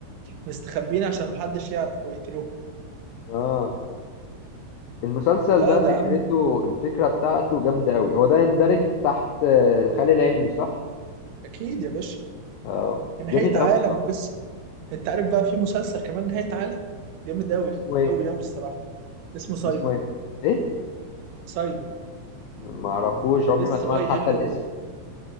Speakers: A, on the right; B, on the left.
A: مستخبيين عشان محدش يعرف ويقتلوه
B: آه المسلسل
A: لا
B: ده
A: ده
B: فكرته
A: يا عم
B: الفكرة بتاعته جامدة أوي هو ده يندرج تحت آه، الخيال العلمي صح؟
A: اكيد يا باشا
B: آه
A: نهاية
B: جامد أوي
A: عالم
B: بصراحة
A: وقصة انت عارف بقى في مسلسل كمان نهاية عالم جامد قوي
B: اسمه إيه؟
A: قوي قوي الصراحة اسمه سايلنت
B: اسمه إيه؟ إيه؟
A: سايلو
B: معرفوش عمري
A: اس
B: ما سمعت
A: اي
B: حتى
A: ال
B: الاسم
A: او